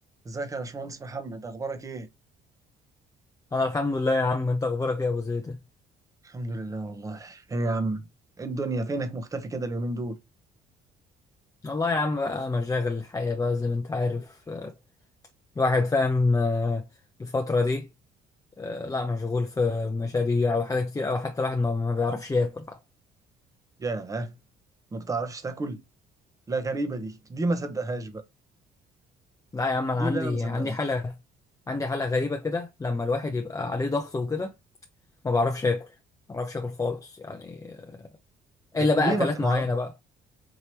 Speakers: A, on the right; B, on the left.
A: ازيك يا باشمهندس محمد اخبارك ايه
B: انا الحمد لله يا عم انت اخبارك ايه يا ابو زيد
A: الحمد لله والله ايه يا عم ايه الدنيا فينك مختفي كده اليومين دول
B: والله يا عم بقى مشاغل الحياة بقى زي ما انت عارف آه، الواحد فاهم آه، الفترة دي آه، لا مشغول في مشاريع وحاجات كتير او حتى الواحد ما ما بيعرفش ياكل حتى.
A: ياه ما بتعرفش تاكل لا غريبة دي دي ما صدقهاش بقى
B: لا يا عم انا
A: دي
B: عندي
A: اللي انا ما صدقهاش
B: عندي حالة عندي حالة غريبة كده لما الواحد يبقى عليه ضغط وكده ما بعرفش اكل ما بعرفش اكل خالص يعني آه،
A: ده
B: الا
A: ليه
B: بقى اكلات
A: ما بت... ما-
B: معينة بقى